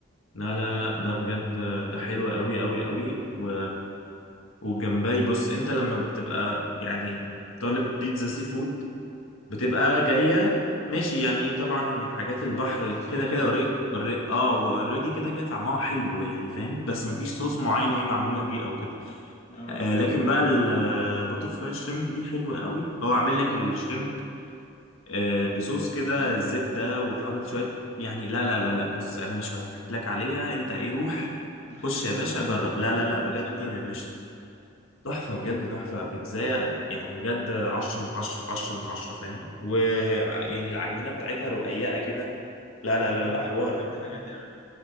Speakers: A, on the left; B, on the left.
A: لا
B: فلا
A: لا
B: يعني
A: لا ده بجد ده حلو قوي قوي قوي و... والجمبري بص انت لما بتبقى يعني طالب بيتزا سي فود بتبقى جاية ماشي يعني طبعا حاجات البحر
B: قطع صغيره
A: كده كده أوري...
B: كده اه
A: أوري... اه واوريدي كده كده طعمها حلو يعني فاهم بس مفيش صوص معين هي معمولة بيه او كده
B: اه
A: آه لكن بقى البوتر فلاي شريمب دي حلوة قوي هو عامل لك الشريمب آه بصوص كده الزبدة وحاطط شوية يعني لا لا لا لا بص انا مش هحكي لك عليها انت ايه روح
B: <laughs>
A: خش يا باشا
B: لا
A: جرب
B: لا
A: لا لا لا بجد
B: ده شكله
A: مش
B: جامد
A: تحفة بجد تحفة بيتزاية يعني بجد عشرة من عشرة عشرة من عشرة فاهم ويعني العجينة بتاعتها رقيقة كده لا
B: اه
A: لا لا
B: انا بحب
A: لا حوار
B: بحب الحاجات دي قوي